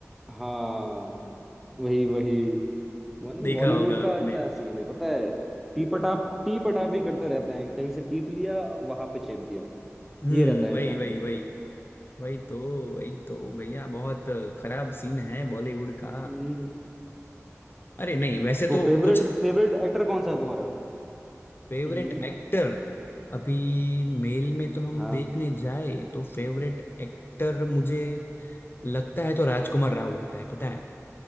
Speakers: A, in the centre; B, on the left.
A: हाँ वही वही वरना
B: देखा
A: बॉलीवुड
B: होगा
A: का
B: आपने
A: क्या सीन है पता है टी पटाप टी पटाप ही करते रहते हैं कहीं से टीप लिया वहां पे चेप दिया
B: हम्म
A: ये रहता है
B: वही
A: इनका
B: वही वही वही तो वही तो भैया बहुत खराब सीन है बॉलीवुड का
A: हम्म,
B: अरे नहीं वैसे
A: तो
B: तो
A: फेवरेट
B: कुछ
A: फेवरेट एक्टर कौन सा है तुम्हारा
B: Favourite
A: हम्म
B: actor अभी मेल में तो हम
A: हाँ
B: देखने जाए तो फेवरेट एक्टर मुझे लगता है तो राजकुमार राव लगता है पता है